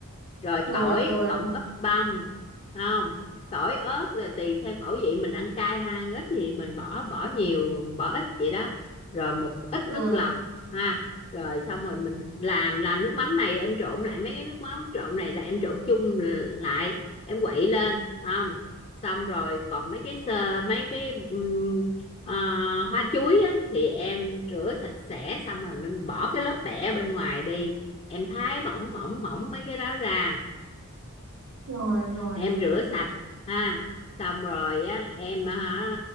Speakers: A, on the left; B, on the right.
A: rồi
B: rồi
A: tỏi
B: rồi
A: cộng ớt băm không tỏi ớt là tùy theo khẩu vị mình ăn cay hay ăn ít thì mình bỏ bỏ nhiều bỏ ít vậy đó rồi một ít nước
B: rồi
A: lọc ha rồi xong rồi mình làm làm nước mắm này em trộn lại mấy cái nước mắm trộn này là em trộn chung lại em quậy lên không xong rồi còn mấy cái sơ mấy cái ừm, ờ, hoa chuối á, thì em rửa sạch sẽ xong rồi mình bỏ cái lớp bẹ bên ngoài đi em thái mỏng mỏng mỏng mấy cái đó ra
B: rồi rồi
A: em rửa sạch ha xong rồi á em hả